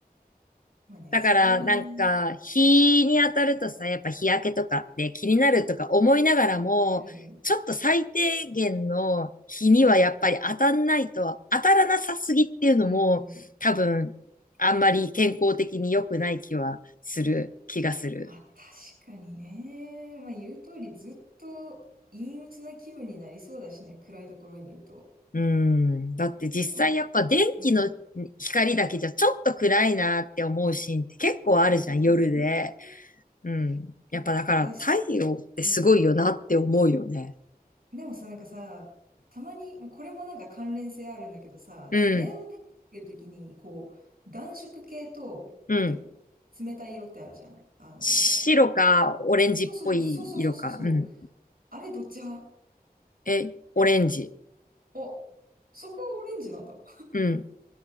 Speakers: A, on the right (about 65°); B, on the left (about 60°).
A: まあね、
B: だから、
A: それはね。
B: なんか、日に当たるとさ、やっぱ日焼けとかって気になるとか思いながらも、
A: うん。
B: ちょっと最低限の日にはやっぱり当たんないと、当たらなさすぎっていうのも、
A: うんうんうん。
B: 多分、あんまり健康的に良くない気はする、気がする。
A: まあ確かにね。まあ言う通りずっと陰鬱な気分になりそうだしね。暗いところにいると。
B: うん。だって実際やっぱ電気の光だけじゃちょっと暗いなって思うシーンって結構あるじゃん、
A: でも、うん。まあね。
B: 夜で。うん。やっぱだから太陽ってすごいよなって思うよね。
A: え、私、うん。でもさ、なんかさ、たまに、もうこれもなんか関連性あるんだけどさ、
B: うん。
A: 部屋の電気つけるときに、こう、暖色系と、
B: うん。
A: なんていうの、冷たい色ってあるじゃん。あの、
B: 白かオレンジっぽい色か。
A: そうそうそうそうそうそうそう。
B: うん。
A: あれどっち派
B: え、オレンジ。
A: あ、そこはオレンジなんだ。
B: うん。